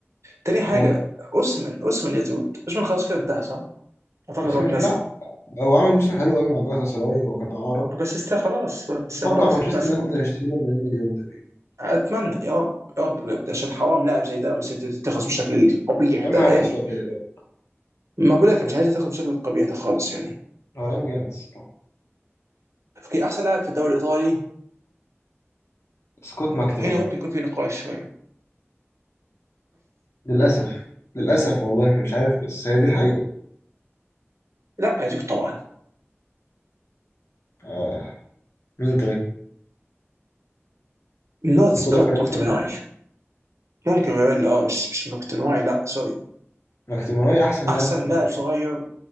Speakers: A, on the right; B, on the left.
A: تاني حاجه
B: هو
A: اوسمان اوسمان يا دود اوسمان خلاص كده انتهى صح؟ اعتقد
B: أوسيمين
A: هو اتنسى
B: لا هو عمل موسم حلو قوي مع جالاتا سراي وكان إعارة
A: بس است خلاص بس
B: أتوقع
A: خلاص
B: مانشستر
A: اتنسى
B: يونايتد
A: برضه
B: هيشتريه ب 40 مليون تقريبا
A: اتمنى يا رب يا رب بجد عشان حرام لاعب زي ده مسيرته تتخذ بالشكل القبيح
B: يا
A: ده
B: إما هيروح
A: يعني
B: السعودية بقى
A: ما بقول لك مش عايز تاخد بالشكل القبيح ده خالص يعني
B: هو لعيب جامد الصراحة
A: اوكي احسن لاعب في الدوري الايطالي
B: سكوت ماكتوماناي
A: هنا ممكن يكون في نقاش شويه
B: للأسف للأسف والله مش عارف بس هي دي الحقيقة
A: لا يا جوف طبعا
B: آه. مين طيب؟
A: نوت
B: نيكولا
A: سكوت
B: باريلا
A: ماكتوميناي
B: ممكن
A: ممكن يقول اه مش مش ماكتوميناي لا سوري
B: ماكتوماناي أحسن
A: احسن
B: لاعب في نابولي
A: لاعب صغير